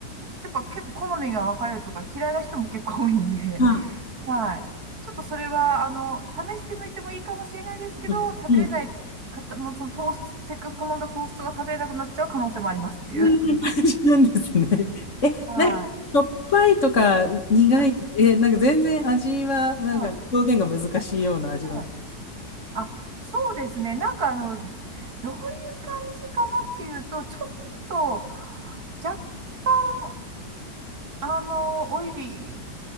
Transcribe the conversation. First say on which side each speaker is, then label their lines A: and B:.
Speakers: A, on the right; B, on the left.
A: やっぱ結構好みが分かれるとか嫌いな人も結構多いんで、
B: はい。
A: はい。ちょっとそれは、あの、試してみてもいいかもしれないですけど、
B: うん。
A: 食べれない方、
B: うん。
A: もそのトースト、せっかく頼んだトーストが食べれなくなっちゃう可能性もありますっていう。
B: そんな感じなんですね。
A: <laughs>
B: <laughs> え、
A: はい。
B: なんか、しょっぱいとか苦い、
A: はい。
B: え、なんか全然味は、なんか表現が難しいような味なんです。
A: はい。はい。あ、そうですね。なんかあの、どういう感じかなっていうと、ちょっと、若干、あの、オイリー、